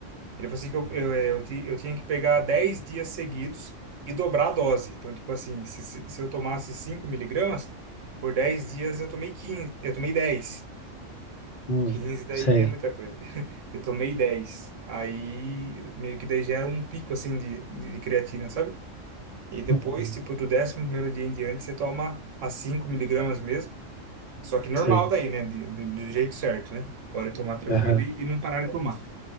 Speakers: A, on the right; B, on the left.
A: Ele falou assim que eu, eu, é, eu, ti- eu tinha que pegar 10 dias seguidos e dobrar a dose. Então, tipo assim, se, se se eu tomasse 5 miligramas, por 10 dias eu tomei 15, eu tomei dez
B: Hum,
A: 15 daí
B: sei.
A: é muita coisa. <laughs> Eu tomei dez Aí, meio que daí gera um pico, assim, de, de, de creatina, sabe? E depois,
B: Hum,
A: tipo, do décimo primeiro dia em diante, você toma a 5 miligramas mesmo. Só que normal
B: sei.
A: daí, né? De- do, do jeito certo, né? Pode tomar tranquilo
B: Aham.
A: e, e não parar de tomar.